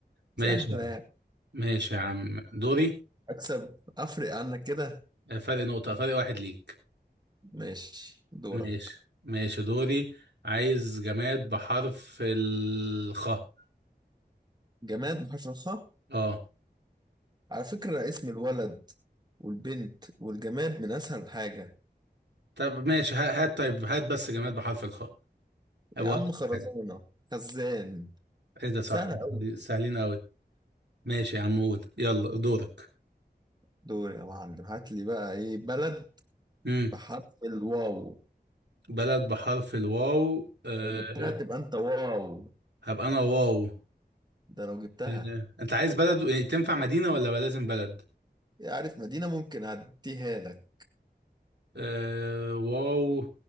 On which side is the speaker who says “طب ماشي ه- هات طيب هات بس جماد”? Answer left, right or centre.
Right